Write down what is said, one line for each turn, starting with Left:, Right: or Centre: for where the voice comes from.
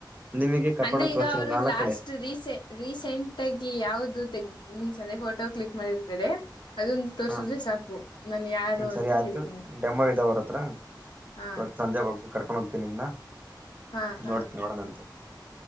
Right: ನಿಮಗೆ ಕರ್ಕೊಂಡೋಗಿ
Left: ಅಂದ್ರೆ ಈಗ
Right: ತೋರ್ಸಿರ
Left: ಅವರು
Right: ನಾಲ್ಕ್
Left: ಲಾಸ್ಟ್
Right: ಕಡೆ
Left: ರೀಸೆ ರೀಸೆಂಟ್ ಆಗಿ ಯಾವ್ದು ತೆಗ್ ಮೀನ್ಸ್ ಅಂದ್ರೆ ಫೋಟೋ ಕ್ಲಿಕ್ ಮಾಡಿರ್ತಾರೆ ಅದನ್ನ ತೋರ್ಸುದ್ರೆ
Right: ಹಾ
Left: ಸಾಕು ನಾನ ಯಾರು
Right: ಹ್ಮ್ ಸರಿ
Left: ಅಂತ
Right: ಆಯ್ತು
Left: ಹೇಳ್ತೀನಿ.
Right: ಡೆಮೋ ಇದಾವ ಅವ್ರ ಹತ್ರ
Left: ಹಾ
Right: ಇವತ್ ಸಂಜೆ ಹೋಗ್ಬ ಕರ್ಕೊಂಡ್ ಹೋಗ್ತೀವಿ ನಿಮ್ನ
Left: ಹಾ ಹಾ
Right: ನೋಡ್ ನೋಡಣಂತೆ